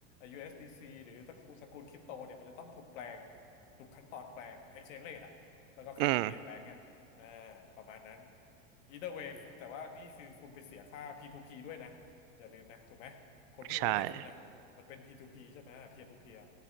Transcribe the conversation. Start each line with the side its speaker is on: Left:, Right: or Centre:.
Left: USDC หรือสกุลสกุลคริปโตเนี่ยมันจะต้องถูกแปลงทุกขั้นตอนแปลง exchange rate อะ แล้วก็ค่าธรรมเนียมแบงก์อ่ะอ่า
Right: อืม
Left: ประมาณนั้น either way คุณแต่ว่านี่คือคุณไปเสียค่า P2P ด้วยนะอย่าลืมนะถูกไหมคนที่โอนให้คุณน่ะมันเป็น
Right: ใช่
Left: P2P ใช่ไหม peer to peer